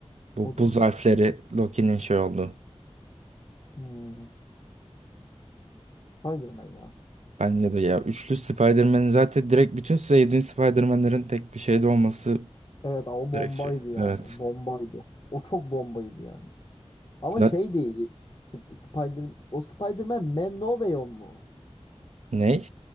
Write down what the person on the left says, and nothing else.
O da
iyi.
Hmm. Spider-Man ya.
Evet o bombaydı
yani.
Bombaydı. O çok bombaydı yani. Ama
şey değil. Sp- Spider o Spider-Man Man No Way Home mu?